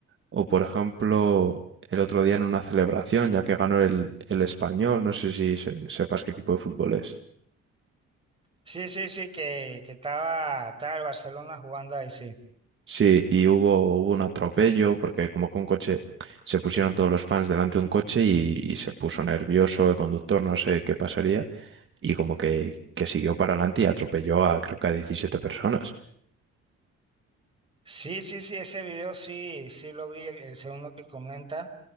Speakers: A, on the right (about 40°); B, on the right (about 15°).
A: o por ejemplo, el otro día en una celebración, ya que ganó el, el Español, no sé si se- sepas qué equipo de fútbol es.
B: Sí, sí, sí, que, que estaba, estaba el Barcelona jugando ahí, sí.
A: Sí, y hubo, hubo un atropello porque como que un coche, se pusieron todos los fans delante de un coche y, y se puso nervioso el conductor, no sé qué pasaría, y como que, que siguió para adelante y atropelló a creo que a 17 personas.
B: Sí, sí, sí, ese video sí, sí lo vi, el, el segundo que comenta,